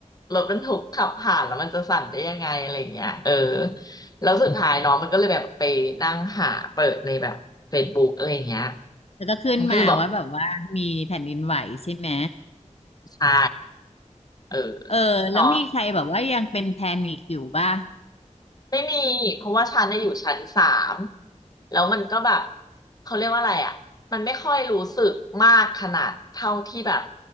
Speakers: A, on the left; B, on the left.
A: รถบรรทุกขับผ่านแล้วมันจะสั่นได้ยังไงอะไรเงี้ยเออแล้วสุดท้ายน้องมันก็เลยแบบไปนั่งหาเปิดในแบบ Facebook อะไรเงี้ย
B: แล้วก็ขึ้นมาว่าแบบว่ามีแผ่นดินไหวใช่ไหม
A: มันก็เลยบอกใช่เออ
B: เออแล้วมีใครแบบว่ายังเป็นแพนิคอยู่ป่ะ
A: น้อง ไม่มีเพราะว่าชั้นน่ะอยู่ชั้นสามแล้วมันก็แบบเขาเรียกว่าอะไรอ่ะมันไม่ค่อยรู้สึกมากขนาดเท่าที่แบบ